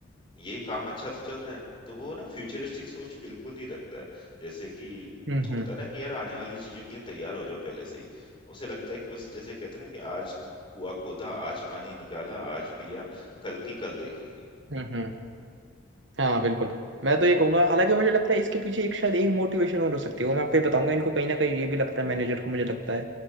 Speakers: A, on the left; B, on the right.
A: ये काम अच्छा तो चल रहा है। तो वो ना फ्यूचरिस्टिक सोच बिल्कुल नहीं रखता है। जैसे कि
B: हम्म
A: होता है ना कि यार आने वाली चीज़ों के लिए तैयार हो जाओ पहले से ही। उसे लगता है कि बस जैसे कहते हैं ना कि आज कुआँ खोदा, आज पानी निकाला, आज पिया, कल की कल देखेंगे।
B: हम्म हम्म, हाँ बिल्कुल मैं तो ये कहूंगा हालांकि मुझे लगता है इसके पीछे एक शायद एक मोटिवेशन और हो सकती है वो मैं आपको ये बताऊंगा इनको कहीं ना कहीं ये भी लगता है मैनेजर को मुझे लगता है